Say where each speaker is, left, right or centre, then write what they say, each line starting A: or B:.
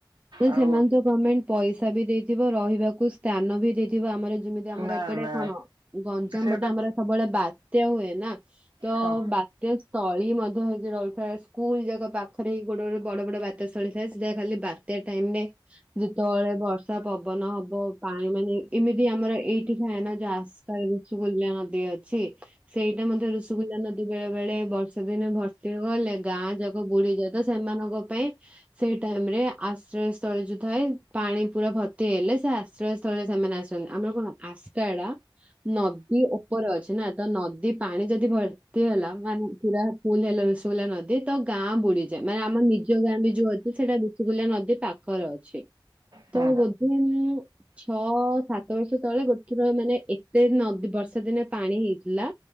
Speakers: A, on the right; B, on the right.
A: ନା
B: ଆଉ
A: ସେମାନେ ତ ଗମେଣ୍ଟ ପଇସା ବି ଦେଇଥିବ ରହିବାକୁ ସ ସ୍ଥାନ ବି ଦେଇଥିବ ଆମର ଯେମିତି ଆମର
B: ନା
A: ଏପଟେ
B: ନା
A: କଣ? ଗଞ୍ଜାମ
B: ସେଟା
A: ପଟେ ଆମର ସବୁବେଳେ ବାତ୍ୟା ହୁଏ ନା? ତ
B: ହଁ
A: ବାତ୍ୟା ସ୍ଥଳୀ ମଧ୍ୟ ହେଇକି ରହିଥାଏ ସ ସ୍କୁଲ ଯାକ ପାଖରେ ଗୋଟେ ଗୋଟେ ବଡ ବଡ ବାତ୍ୟା ସ୍ଥଳୀ ଦଏ ସେଟା ଖାଲି ବାତ୍ୟା ଟାଇମ ରେ ଯେତେବେଳେ ବର୍ଷା ପବନ ହବ ପାଣି ମାନେ ଏମିତି ଆମର ଏଇଠି ଥାଏ ନା ଯ ଆସ ତାରେ ଋଷିକଲ୍ୟା ନଦୀ ଅଛି ସେଇଟା ମଧ୍ୟ ଋଷିକଲ୍ୟା ନଦୀ ବେଳେ ବେଳେ ବର୍ଷ ଦିନେ ଭର୍ତ୍ତି ଗଲେ ଗାଁ ଯାକ ବୁଢୀ ଯାଏତ ସେମାନଙ୍କ ପାଇଁ ସେଇ ଟାଇମ ଆ ଆଶ୍ରୟ ସ୍ଥଳୀ ଯୋଉ ଥାଏ ପାଣି ପୁରା ଭର୍ତି ହେଲେ ସେ ଆଶ୍ରୟ ସ୍ଥଳ ରେ ସେମାନେ ଆସ। ଛନ୍ତି ଆମର କଣ ଆସ୍କାକାଡା ନଦୀ ଉପରେ ଅଛି ନା ତ ନଦୀ ପାଣି ଯଦି ଭ ତି ହେଲା ମାନେ ପୁରା ଫୁଲ ହେଲା ଋଷିକଲ୍ୟା ନଦୀ ତ ଗାଁ ବୁଡିଯାଏ ମାନେ ଆମର ନିଜ ଗାଁ ବି ଯୋଉ ଅଛି ସେଇଟା ଋଷିକଲ୍ୟା ନଦୀ ପାଖରେ ଅଛି
B: ହୁଁ
A: ତ
B: ହୁଁ
A: ବୋଧେ ଉଁ। ଛଅ ସାତ ବର୍ଷ ତଳେ ଗୋଟଥର ମାନେ ଏତେ ନଦୀ ବର୍ଷା ଦିନେ ପାଣି ହେଇଥିଲା